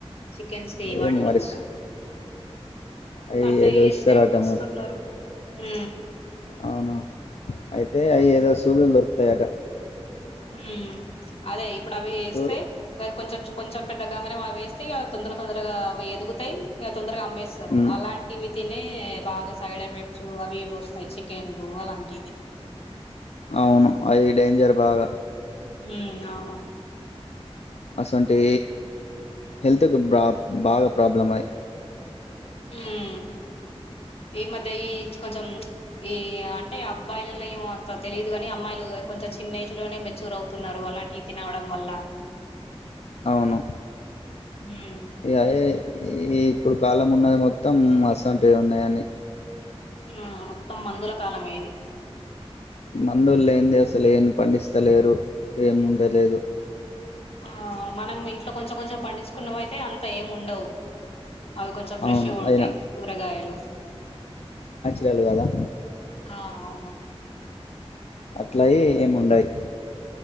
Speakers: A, on the left; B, on the left.
A: చికెన్స్కే వాటికి
B: ఏమో మరి
A: కూడా
B: అవి
A: అట్ల
B: ఏదో
A: చేసే
B: ఇస్తారట
A: వస్
B: మరి
A: ఉ
B: అవునా అయితే అవి ఏదో సూదులు దొరుకుతాయట
A: ఊ అదే ఇప్పుడు అవి వేస్తే
B: సూ
A: కొంచెం కొంచెం పెద్దగానే అవి వేస్తే ఇ తొందర తొందరగా అవి ఎదుగుతాయి తొందరగా అమ్మేస్తారు
B: ఉమ్,
A: అలాంటివి తినే బాగా సైడ్ ఎఫెక్ట్స్ అవి వస్తాయి చికెన్ అలాంటిది
B: అవును అవి డేంజర్ బాగా
A: ఉ అవును
B: అసంటి హెల్త్కి బా బాగా ప్రాబ్లం అయి
A: హ్మ్ ఈ మధ్య ఈ కొంచెం ఈ అంటే అబ్బాయిలలో ఏో అంత తెలీయదు కాని అమ్మాయిలు కొంచెం చిన్న ఏజ్ లోనే మెచ్యూర్ అవుతున్నారు అలాంటి ఇట్లవడం వల్ల
B: అవును
A: హ్మ్
B: ఇ ఈ ఇప్పుడు కాలం ఉన్నది మొ మొత్తం అసంట్వి ఉన్నాయని
A: ఆ మొత్తం మందుల కాలమేది
B: మందులేంది అసలు ఏం పండిస్తలేరు ఏముండలేదు
A: ఆ మనం ఇంట్లో కొంచెం కొంచెం పండించుకున్నా అయితే అంత ఏం ఉండవు అవి కొంచెం ఫ్రెష్గా
B: అవును
A: ఉంటాయి
B: అయినా
A: కూరగాయలు
B: మేలు కదా
A: ఆ అవును
B: అట్లయి ఏముండయి